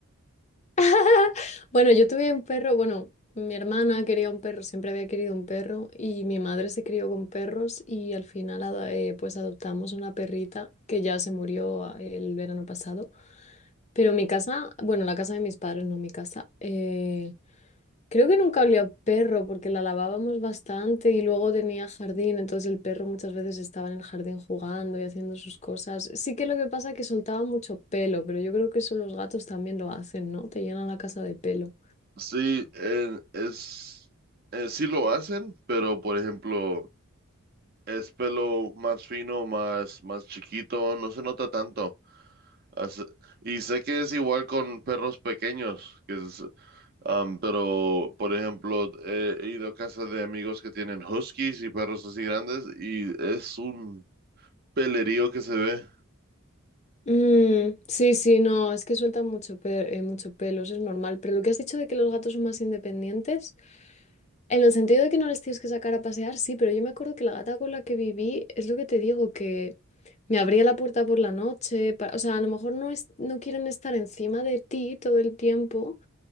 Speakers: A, on the left (about 30°); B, on the right (about 45°).
A: <laughs> Bueno, yo tuve un perro, bueno, mi hermana quería un perro, siempre había querido un perro y mi madre se crió con perros y al final ada- eh, pues adoptamos una perrita que ya se murió ah, el verano pasado. Pero mi casa, bueno, la casa de mis padres, no mi casa. eh, Creo que nunca olía a perro porque la lavábamos bastante y luego tenía jardín, entonces el perro muchas veces estaba en el jardín jugando y haciendo sus cosas. Sí que lo que pasa es que soltaba mucho pelo, pero yo creo que eso los gatos también lo hacen, ¿no? Te llenan la casa de pelo.
B: Sí, eh, es eh, sí lo hacen, pero por ejemplo Es pelo más fino, más, más chiquito, no se nota tanto. Hace- Y sé que es igual con perros pequeños, que es, am, pero por ejemplo, he, he ido a casa de amigos que tienen huskies y perros así grandes y es un pelerío que se ve.
A: Mm, sí, sí, no, es que sueltan mucho, pe- eh, mucho pelo, eso es normal. Pero lo que has dicho de que los gatos son más independientes, en el sentido de que no les tienes que sacar a pasear, sí, pero yo me acuerdo que la gata con la que viví, es lo que te digo, que me abría la puerta por la noche, pa- o sea, a lo mejor no, es, no quieren estar encima de ti todo el tiempo,